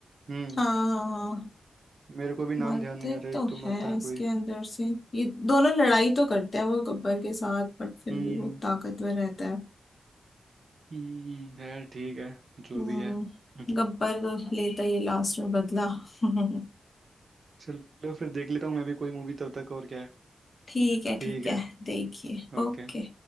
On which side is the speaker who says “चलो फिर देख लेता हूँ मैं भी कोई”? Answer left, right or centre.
Right